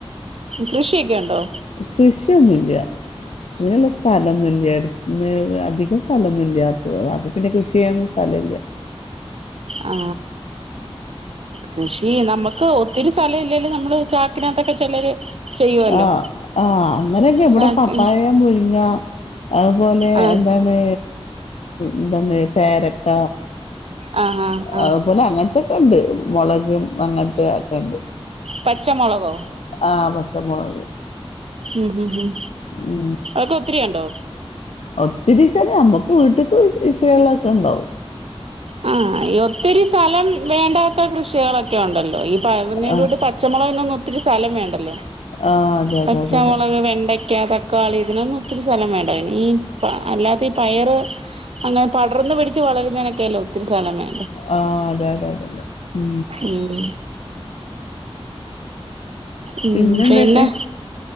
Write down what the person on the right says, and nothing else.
കൃഷിയൊക്കെ ഉണ്ടോ
ആ കൃഷി നമ്മുക്ക് ഒത്തിരി സ്ഥലം ഇല്ലെലും നമ്മള് ചാക്കിനകത്തൊക്കെ ചിലര് ചെയ്യുവല്ലോ
ചാക്ക്
ആ
ആ ആ ആ
പച്ചമുളകോ
ഉം ഉം ഉം
ഒത്തിരി ഉണ്ടോ
ആ ഈ ഒത്തിരി സ്ഥലം വേണ്ടാത്ത കൃഷികളൊക്കെ ഒണ്ടല്ലോ ഈ പറഞ്ഞന്റെ
കൂട്ട് പച്ചമുളകിനൊന്നും ഒത്തിരി സ്ഥലം വേണ്ടല്ലോ
പച്ചാമുളക്
വെണ്ട ചക്ക തക്കാളി ഇതിനൊന്നും ഒത്തിരി സ്ഥലം വേണ്ട പിന് ഈ അല്ലാത്ത ഈ പയറ് അങ്ങനെ പടർന്ന് പിടിച്ച് വളരുന്നതിനൊക്കെയല്ലോ ഒത്തിരി സ്ഥലം വേ
ഉം ഉം
പിന്നെ